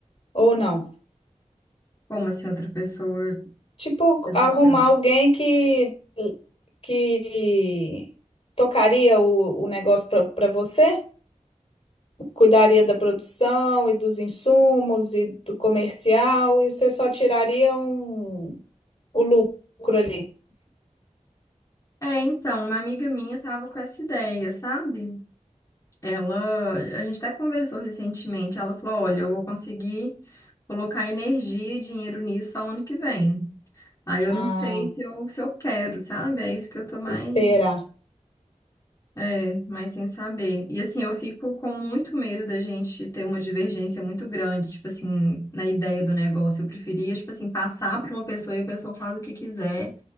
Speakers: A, on the left (about 50°); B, on the left (about 25°).
A: ou não?
B: Como assim outra pessoa
A: Tipo,
B: gerenciar?
A: arrumar alguém que, que tocaria o, o negócio para você, cuidaria da produção e dos insumos e do comercial, e você só tiraria um, o lucro ali.
B: É, então, uma amiga minha tava com essa ideia, sabe? Ela, a gente até conversou recentemente, ela falou, olha, eu vou conseguir colocar energia e dinheiro nisso só ano que vem. Aí eu
A: Ah,
B: não sei se eu, se eu quero, sabe? É isso que eu tô mais
A: esperar.
B: É, mas sem saber. E assim, eu fico com muito medo da gente ter uma divergência muito grande, tipo assim, na ideia do negócio. Eu preferia, tipo assim, passar para uma pessoa e a pessoa faz o que quiser,